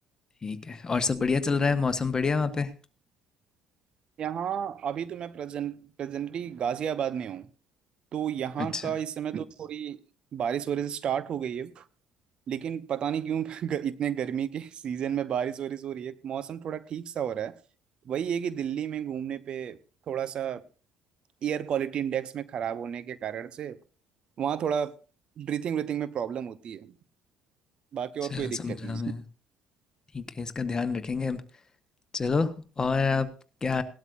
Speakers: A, on the left (about 35°); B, on the right (about 50°).
A: ठीक है और सब बढ़िया चल रहा है मौसम बढ़िया वहाँ पे
B: यहाँ अभी तो मैं प्रेजेंट प्रेजेंटली गाजियाबाद में हूँ तो यहाँ
A: अच्छा
B: का इस समय तो थोड़ी बारिश वगैरह से स्टार्ट हो गई है लेकिन पता नहीं क्यों <laughs> ग- इतने गर्मी के सीजन में बारिश वारिश हो रही है मौसम थोड़ा ठीक सा हो रहा है वही है कि दिल्ली में घूमने पे थोड़ा सा एयर क्वालिटी इंडेक्स में खराब होने के कारण से वहाँ थोड़ा ब्रीथिंग ब्रीथिंग में प्रॉब्लम होती है बाकी
A: अच्छा
B: और कोई दिक्कत
A: समझा
B: नहीं
A: मैं ठीक है इसका ध्यान रखेंगे अब चलो और आप क्या